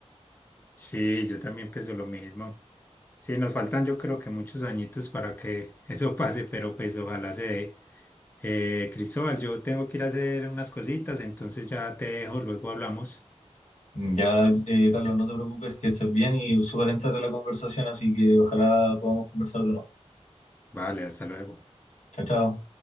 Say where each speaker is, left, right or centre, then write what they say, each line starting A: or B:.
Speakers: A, on the left; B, on the left.
A: Sí, yo también pienso lo mismo. Sí, nos faltan yo creo que muchos añitos para que eso pase, pero pues ojalá se dé. Eh, Cristóbal, yo tengo que ir a hacer unas cositas, entonces ya te dejo, luego hablamos.
B: Ya, eh, Carlos, no te preocupes, que estés bien y súper de la conversación, así que ojalá podamos conversar de nuevo.
A: Vale, hasta luego.
B: Chao, chao.